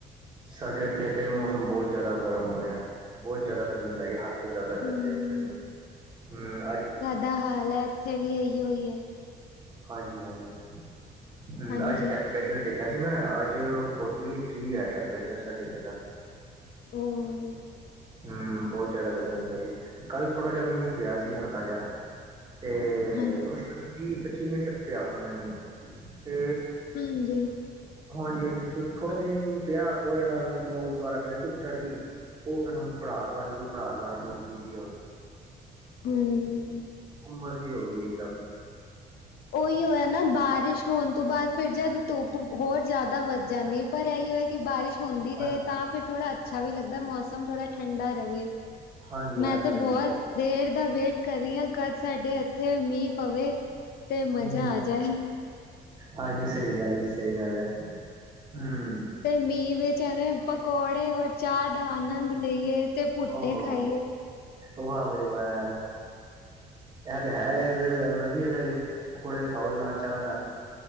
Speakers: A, on the right; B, on the left.
A: ਸਾਡੇ ਇੱਥੇ ਤੇ ਮੌਸਮ ਬਹੁਤ ਜਿਆਦਾ ਗਰਮ ਹੋ ਰਿਹਾ ਬਹੁਤ ਜਿਆਦਾ ਗਰਮੀ। ਹੱਦ ਤੋਂ ਜ਼ਿਆਦਾ ਪੈ
B: ਹਮ,
A: ਰਿਹਾ ਹਮ ਅੱਜ ਵੀ
B: ਬੜਾ ਹਾਲ ਹੈ ਇੱਥੇ ਵੀ ਇਹੀਓ ਹੀ ਹੈ।
A: ਹਾਂਜੀ ਹਾਂਜੀ ਹ
B: ਹਾਂਜੀ,
A: ਅੱਜ ਟੈਂਪਰੇਚਰ ਦੇਖਿਆ ਸੀ ਮੈਂ ਅੱਜ ਫੋਰਟੀ ਥਰੀ ਹੈ ਟੈਂਪਰੇਚਰ ਸਾਡੇ ਇੱਥੇ ਦਾ
B: ਹਮ।
A: ਹਮ ਬਹੁਤ ਜਿਆਦਾ ਗਰਮੀ ਜੀ ਕੱਲ ਥੋੜਾ ਜਿਹਾ ਮੀਂਹ ਪਿਆ ਸੀ ਹਲਕਾ ਜਿਹਾ ਤੇ
B: ਹਾਂਜੀ।
A: ਮੁਸ਼ਕਿਲ ਵੀਹ ਪੱਚੀ ਮਿੰਟ ਪਿਆ ਉਹਨਾਂ ਨੂੰ ਤੇ
B: ਹਾਂਜੀ।
A: ਹਾਂਜੀ-ਹਾਂਜੀ, ਤੇ ਥੋੜਾ ਜਿਹਾ ਮੀ ਪਿਆ ਉਹਦੇ ਨਾਲ ਹੁਣ ਉਹ ਦੁਬਾਰਾ ਫੇਰ ਧੁੱਪ ਚੜ੍ਹ ਗਈ। ਉਹ ਫਿਰ ਹੁਣ ਪੜਾਸ ਬਣ ਗਈ, ਉਹ ਪੜਾਸ ਬਣ ਉੜ <unintelligible>
B: ਹਮਮ।
A: ਉਮਸ ਜ਼ੀ ਹੋ ਗਈ ਇਕ ਦਮ।
B: ਉਹੀਓ ਹੈ ਨਾ ਬਾਰਿਸ਼ ਹੋਣ ਤੋਂ ਬਾਅਦ ਫਿਰ ਜਦ ਧੁੱਪ ਹੋਰ ਜ਼ਿਆਦਾ ਵੱਧ ਜਾਂਦੀ ਹੈ, ਪਰ ਇਹੀ ਹੋਏ ਕਿ ਬਾਰਿਸ਼ ਹੁੰਦੀ ਰਹੇ
A: ਹਾਂ-
B: ਤਾਂ ਫਿਰ ਥੋੜ੍ਹਾ ਅੱਛਾ ਵੀ ਲੱਗਦਾ ਹੈ, ਮੌਸਮ ਥੋੜ੍ਹਾ ਠੰਡਾ ਰਹੇ।
A: ਹਾਂਜੀ
B: ਮੈਂ
A: ਹਾਂਜੀ
B: ਤੇ
A: ਹਾਂਜੀ
B: ਬਹੁਤ
A: ਸਹੀ
B: ਦੇਰ ਦਾ ਵੇਟ ਕਰੀਆਂ ਕਦ ਸਾਡੇ ਇੱਥੇ ਮੀਂਹ ਪਵੇ ਤੇ ਮਜ਼ਾ
A: ਹਮ
B: ਆ ਜਾਏ।
A: ਹਾਂਜੀ। ਸਹੀ ਗੱਲ ਹੈ ਜੀ, ਸਹੀ ਗੱਲ ਹੈ। ਹਮਮ।
B: ਤੇ ਮੀਂਹ ਵਿੱਚ ਐਵੇੇ ਪਕੌੜੇ ਓਰ ਚਾਹ ਦਾ ਆਨੰਦ ਲਈਏ, ਤੇ ਭੁੱਟੇ
A: ਓਹੋ
B: ਖਾਈਏ।
A: ਵਾਹ ਭਾਈ ਵਾਹ। ਇਹ ਤੇ ਹੈ, ਇਸ ਦੇ ਆਨੰਦ ਹੀ ਅਲੱਗ ਏ ਪਕੌੜੇ ਖਾਓ ਚਾਹਅ ਨਾਲ।